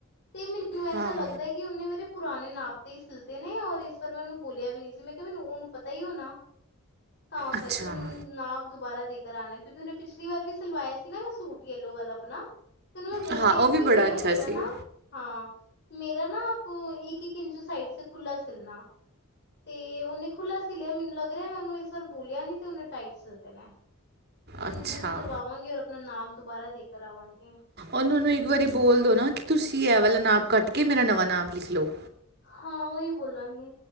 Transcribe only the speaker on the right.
ਹਾਂ
ਅੱਛਾ
ਹਾਂ,
ਉਹ
ਵੀ ਬੜਾ
ਅੱਛਾ
ਸੀ।
ਅੱਛਾ,
ੳਨੂੰ ਨੂੰ ਇੱਕ ਵਾਰੀ ਬੋਲ ਦੋ ਨਾ ਕਿ ਤੁਸੀਂ ਇਹ ਵਾਲਾ ਨਾਪ ਕੱਟ ਕੇ ਮੇਰਾ ਨਵਾ ਨਾਪ ਲਿਖ ਲੋ।